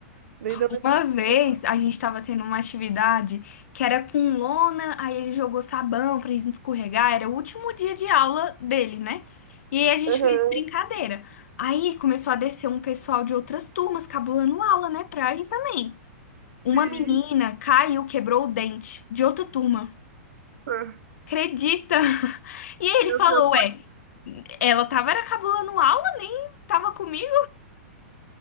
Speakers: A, on the right; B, on the left.
A: nem da mesma
B: Uma vez
A: turma.
B: a gente tava tendo uma atividade que era com lona, aí ele jogou sabão pra gente escorregar. Era o último dia de aula dele, né? E aí a gente
A: Aham,
B: fez brincadeira. Aí começou a descer um pessoal de outras turmas cabulando aula, né? Pra ele também. Uma
A: sim.
B: menina caiu, quebrou o dente de outra turma.
A: Ah,
B: Acredita? <laughs> E aí ele
A: Meu
B: falou,
A: Deus.
B: ué, ela tava era cabulando aula, nem tava comigo?